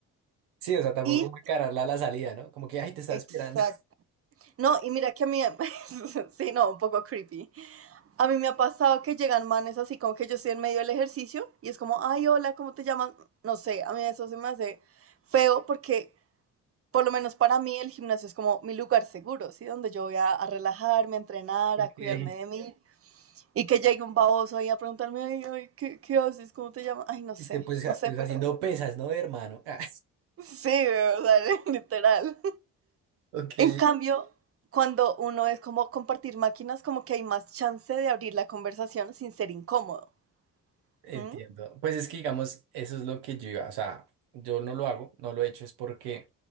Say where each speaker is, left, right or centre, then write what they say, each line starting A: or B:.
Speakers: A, on the right; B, on the right.
A: Sí, o sea, tampoco
B: Y,
A: como encararla a la salida, ¿no? Como que, ay, te estaba
B: exacto.
A: esperando. <laughs>
B: No, y mira que a mí, <laughs> sí, no, un poco creepy. A mí me ha pasado que llegan manes así como que yo estoy en medio del ejercicio y es como, ay, hola, ¿cómo te llamas? No sé, a mí eso se me hace feo porque por lo menos para mí el gimnasio es como mi lugar seguro, ¿sí? Donde yo voy a, a relajarme, a entrenar,
A: Ok.
B: a cuidarme de mí. Y que llegue un baboso ahí a preguntarme, ay, ay, ¿qué, qué haces? ¿Cómo te llamas? Ay, no sé,
A: Este, pues, ha-
B: no sé,
A: pues
B: pero
A: haciendo pesas, ¿no, hermano? <laughs> Ah,
B: <laughs> sí, o sea, <laughs> literal.
A: Ok.
B: En cambio, cuando uno es como compartir máquinas, como que hay más chance de abrir la conversación sin ser incómodo.
A: Entiendo.
B: ¿Mm?
A: Pues es que, digamos, eso es lo que yo iba, o sea, yo no lo hago, no lo he hecho, es porque,